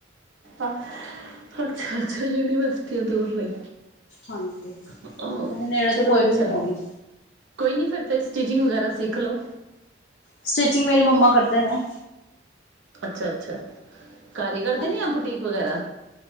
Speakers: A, on the right; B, on the left.
A: ਅ ਅੱਛਾ-ਅੱਛਾ ਯੂਨੀਵਰਸਿਟੀਆਂ ਦੂਰ ਨੇ।
B: ਹਾਂਜੀ,
A: ਅ
B: ਨੇੜੇ
A: ਚਲੋ
B: ਤੇ ਕੋਈ
A: ਅੱਛਾ।
B: ਵੀ ਨੀ ਹੈਗੀ।
A: ਕੋਈ ਨੀ ਫਿਰ ਤੇ ਸਟਿਚਿੰਗ ਵਗੈਰਾ ਸਿੱਖ ਲੋ।
B: ਸਟਿਚਿੰਗ ਮੇਰੀ ਮੰਮਾ ਕਰਦੇ ਨੇ।
A: ਅੱਛਾ-ਅੱਛਾ, ਘਰ ਈ ਕਰਦੇ
B: ਹਾਂ
A: ਨੇ ਯਾ ਬੁਟੀਕ ਵਗੈਰਾ?